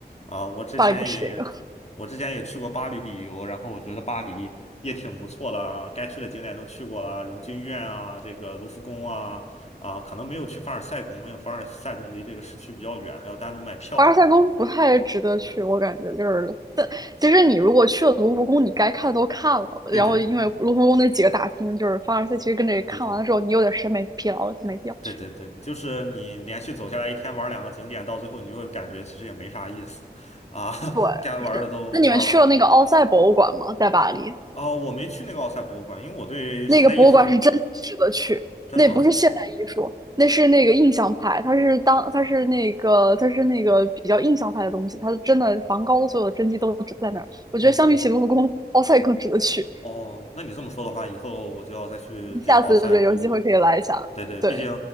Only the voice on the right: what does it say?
巴黎不吃这个。
凡尔赛宫不太值得去，我感觉就是。但其实你如果去了卢浮宫，你该看的都看了。然后因为卢浮宫那几个大厅，
就是凡尔赛，其实跟这看完了之后，
你有点审美疲劳了，就没必要去。
对，
是。那你们去了那个奥赛博物馆吗？在巴黎？
那个博物馆是真值得去，
那不是现代艺术，那是那个印象派，它是当它是那个它是那个比较印象派的东西，它真的梵高的所有的真迹都只在那儿。我觉得相比起卢浮宫，
奥赛更值得去。
你下次对有机会可以来一下，
对，